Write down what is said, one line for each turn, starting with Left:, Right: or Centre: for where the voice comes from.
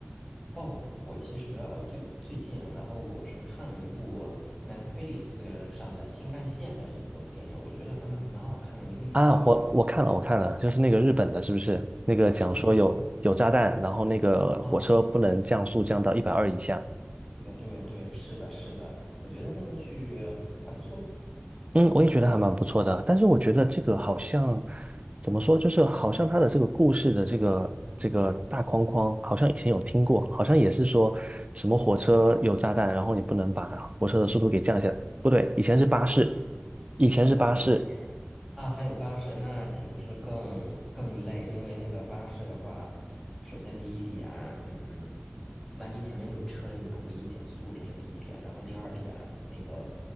Centre: 哦，我其实啊，最最近啊，然后我是看了一部 Netflix 上的新干线的一个电影，我觉得还蛮蛮好看的，你可以搜一下。
Right: 啊，我我看了，我看了，就是那个日本的，是不是？那个讲说有有炸弹，
Centre: 对对对，
Right: 然后那个火车不能降速降到一百二以下。
Centre: 啊，对对对，是的，是的，我觉得那个剧还不错。
Right: 嗯，我也觉得还蛮不错的，但是我觉得这个好像怎么说，就是好像他的这个故事的这个这个大框框，好像以前有听过，好像也是说什么火车有炸弹，
Centre: 哦
Right: 然后你不能把火车的速度给降下来，不对，以前是巴士，
Centre: 嗯，
Right: 以前是巴士，
Centre: 哦，啊，还有巴士，那岂不是更更累？因为那个巴士的话，首先第一点，嗯，万一前面有车了，你不可以减速，这是第一点。然后第二点，那个